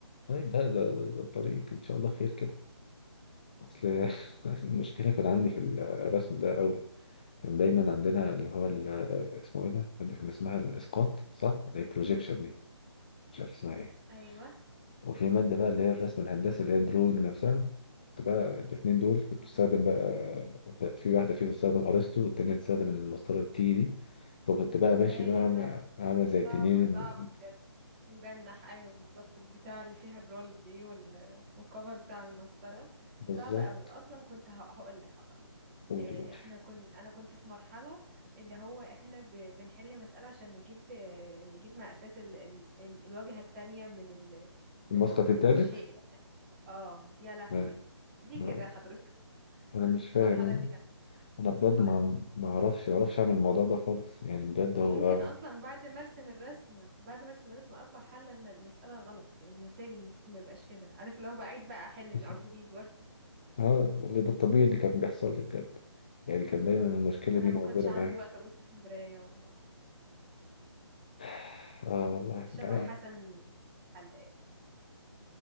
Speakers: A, on the left (about 20°); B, on the right (about 25°).
A: طيب لا ده, ده, ده الطريق ان شاء الله خير كده اصل <laughs> المشكله كان عندي في الرسم ده قوي كان دايما عندنا اللي هو
B: مم.
A: ال- اسمه ايه ده مادة كان اسمها الاسقاط صح اللي هي البروجيكشن دي مش عارف اسمها ايه
B: ايوه
A: وفي مادة بقى اللي هي الرسم الهندسي اللي هي الدرون نفسها كنت بقى الاتنين دول كنت
B: آه.
A: بستخدم بقى في واحدة فيهم بتستخدم ارسطو والتانية بتستخدم المسطرة التي دي فكنت بقى ماشي
B: ايوه
A: بقى عم- عامل زي التنين
B: صعبه صعبه بجد مجنح ايوه بالظبط بتاع اللي فيها الرول دي وال... والكفر بتاع المسطره
A: بالظبط
B: صعبه قوي واصلا كنت هقول لك هقول
A: قولي
B: آه،
A: قولي
B: احنا كن انا كنت في مرحلة اللي هو احنا ب... بنحل مسألة عشان نجيب آه، نجيب مقاسات ال... ال... ال- الواجهة التانية من ال... من
A: المسقط
B: ال...
A: التالت
B: من الشيء اللي- اه يا لهوي
A: ما-
B: ليه
A: ما-
B: كده حضرتك
A: انا مش
B: كنت في
A: فاهم
B: المرحلة دي انا
A: انا بجد
B: في المرحلة
A: ما
B: دي
A: ما اعرفش ما اعرفش اعمل الموضوع ده خالص يعني بجد
B: وممكن
A: هو اه
B: اصلا بعد ما ارسم الرسمة بعد ما ارسم الرسمة اطلع حل ان المسألة غلط يعني النتائج المفروض ما يبقاش كده عارف اللي هو بعيد بقى احل
A: <laughs>
B: من اول جديد وارسم
A: آه، اللي ده الطبيعي اللي كان بيحصل لي بجد يعني كان
B: اه
A: دايما المشكلة
B: انا
A: دي
B: ما
A: موجودة
B: كانش عندي
A: معايا
B: وقت ابص في المراية والله
A: <sighs> اه والله
B: كنت شبه
A: أنا
B: حسن الحلاق